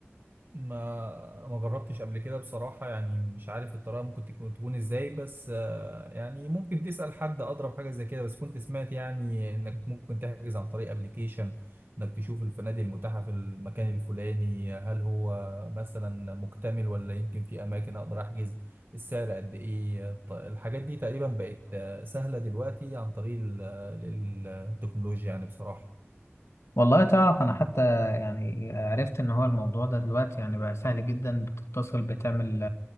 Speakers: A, on the right (about 50°); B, on the left (about 85°).
A: ما ما جربتش قبل كده بصراحة يعني مش عارف الطريقة ممكن تكون تكون ازاي بس آه، يعني ممكن تسأل حد أضرب حاجة زي كده بس كنت سمعت يعني إنك ممكن تحجز عن طريق ابلكيشن إنك تشوف الفنادق المتاحة في المكان الفلاني هل هو مثلا مكتمل ولا يمكن في أماكن أقدر أحجز السعر قد إيه ط- الحاجات دي تقريبا بقت آه، سهلة دلوقتي عن طريق ال- ال- التكنولوجيا يعني بصراحة
B: والله تعرف انا حتى يعني عرفت ان هو الموضوع ده دلوقتي يعني بقى سهل جدا بتتصل بتعمل